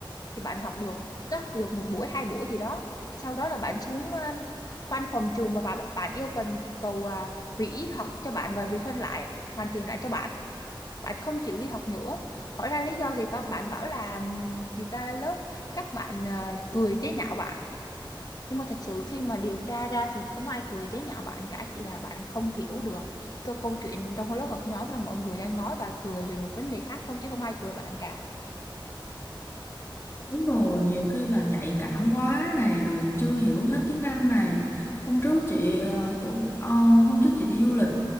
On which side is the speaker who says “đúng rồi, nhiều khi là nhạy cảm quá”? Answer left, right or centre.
Left